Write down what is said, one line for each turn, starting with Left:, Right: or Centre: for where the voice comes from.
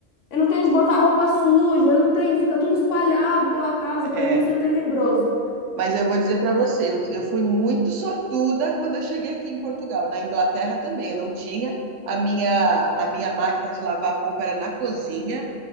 Left: eu não tenho de botar roupa suja, eu não tenho, fica tudo espalhado pela casa.
Right: é
Left: Pra mim isso é tenebroso.
Right: Mas eu vou dizer para você, eu, eu fui muito sortuda quando eu cheguei aqui em Portugal. Na Inglaterra também, eu não tinha. A minha, a minha máquina de lavar roupa era na cozinha.